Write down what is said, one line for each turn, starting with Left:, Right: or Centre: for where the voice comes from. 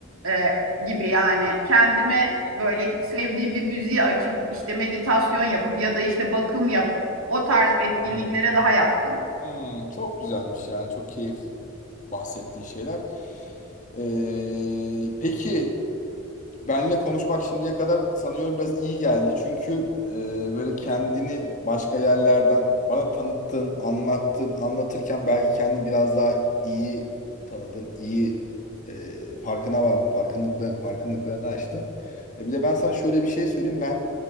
Right: e, gibi yani kendime böyle sevdiğim bir müziği açıp işte meditasyon yapıp ya da işte bakım yapıp o tarz etkinliklere
Left: Hı.
Right: daha yatkınım.
Left: Hmm, çok güzelmiş yani çok keyifli bahsettiğin şeyler. Ee, peki Benle konuşmak şimdiye kadar sanıyorum biraz iyi geldi. Çünkü e, böyle kendini başka yerlerden bana tanıttın, anlattın, anlatırken belki kendini biraz daha iyi tanıdın, iyi e, farkına vardın, farkındalıklarını, farkındalıklarını açtın. E, bir de ben sana şöyle bir şey söyleyeyim. Ben